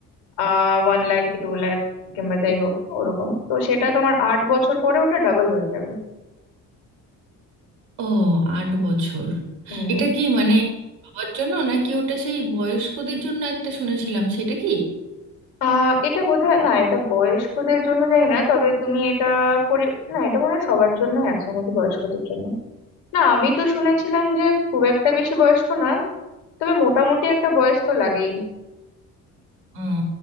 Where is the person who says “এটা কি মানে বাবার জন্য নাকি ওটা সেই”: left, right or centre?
Right